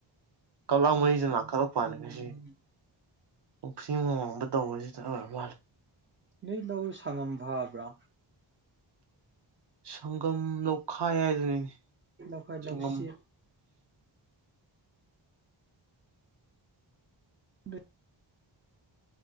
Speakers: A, on the right; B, on the right.
A: ꯀꯥꯞꯂꯥꯛ
B: ꯃꯁꯟ
A: ꯃꯔꯤꯁꯦ ꯅꯈꯥꯠꯂꯛꯄ ꯋꯥꯅꯤ
B: ꯎꯝ
A: ꯉꯥꯁꯤ꯫ <unintelligible>
B: ꯅꯣꯏ ꯂꯧ ꯁꯪꯉꯝ ꯐꯥꯕ꯭ꯔꯥ?
A: ꯁꯪꯒꯝ ꯂꯧꯈꯥꯏ ꯍꯥꯏꯗꯨꯅꯤꯅꯦ꯫
B: ꯂꯧꯈꯥꯏ ꯂꯧꯁꯤꯠ
A: ꯁꯪꯒꯝ
B: ꯅꯣꯏ